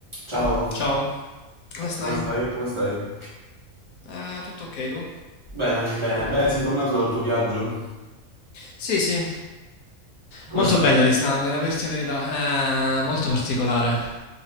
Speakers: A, on the right (about 20°); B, on the left (about 80°).
A: Ciao,
B: Ciao, come stai?
A: come stai? Come stai?
B: Eh, tutto ok tu?
A: Bene, bene. Beh, sei tornato dal tuo viaggio?
B: Sì, sì.
A: Com'è
B: Molto
A: stato?
B: bella l'Islanda, devo dirti la verità, è molto particolare.